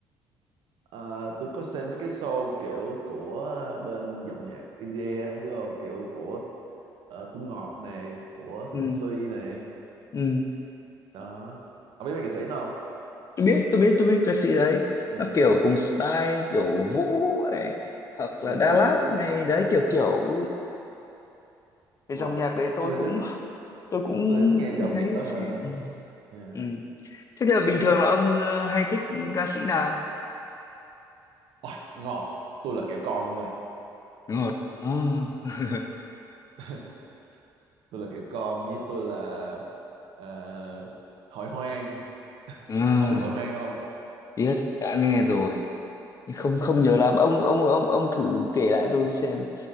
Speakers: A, on the right (about 75°); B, on the left (about 40°).
A: Ờ, tôi có xem mấy cái show kiểu của ờ, bên dòng nhạc India không biết không kiểu của ờ, của Ngọt này của
B: Ừ,
A: Thịnh Suy này
B: ừ.
A: đó không biết mấy nghệ sĩ đó
B: tôi biết tôi biết tôi biết ca sĩ đấy
A: ừ.
B: nó kiểu cùng style kiểu Vũ này hoặc
A: Ừ,
B: là Đà
A: cô
B: Lạt
A: Vũ
B: này
A: này
B: đấy kiểu kiểu cái
A: đúng
B: dòng
A: rồi
B: nhạc đấy tôi
A: tôi
B: cũng
A: thì thích
B: tôi cũng
A: tôi thì thích nghe dòng
B: thấy
A: nhạc đó
B: sẽ
A: hơn
B: ừ.
A: yeah.
B: ừ. thế thì là bình thường là ông ờ, hay thích ca sĩ nào
A: Ôi, ngon tôi là kẹo con luôn ơi
B: ngọt à. <laughs>
A: <laughs> tôi là kẹo con với tôi là ờ, hội hoang <laughs>
B: à.
A: ông biết hội hoang không
B: biết đã nghe rồi nhưng không không nhớ
A: hội,
B: lắm ông ông ông ông thử kể lại tôi xem